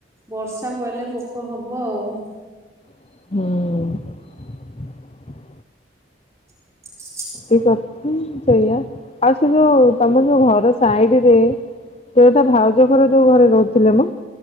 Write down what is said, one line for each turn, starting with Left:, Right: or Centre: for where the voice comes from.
Right: ବର୍ଷା ପଡ଼ିଲେ ପୋକ ହବ ବ ଆଉ।
Left: ହୁଁ।
Right: <inaudible>
Left: ଏଇ କଥା ସେଇଆ। ଆଉ ସେ ଯୋଉ ତମର ଯୋଉ ଘର ସାଇଡରେ ସେଇଟା ଭାଉଜ ଘର ଯୋଉ ଘରେ ରହୁଥିଲେ ମ,